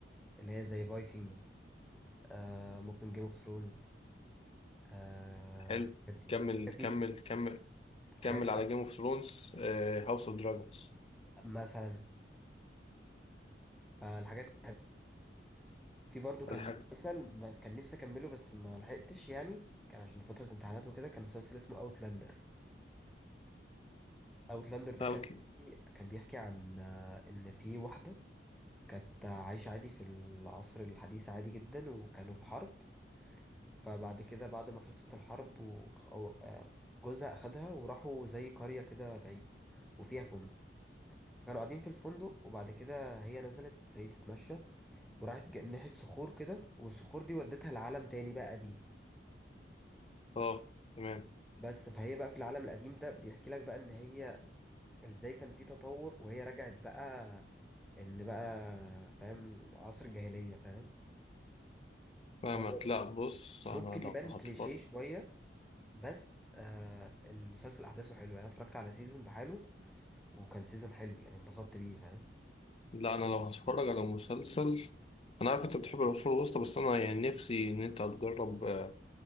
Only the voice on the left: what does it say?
حلو
كمل
كمل
كمل
كمل
على جيم اوف ثرونز هاوس اوف دراجونز
الحاجة
اوت
اه تمام
فاهمك
لا بص انا
لو
هتفرج
لا انا لو هتفرج على مسلسل انا عارف انت بتحب العصور الوسطى بس انا يعني نفسي ان انت تجرب آه،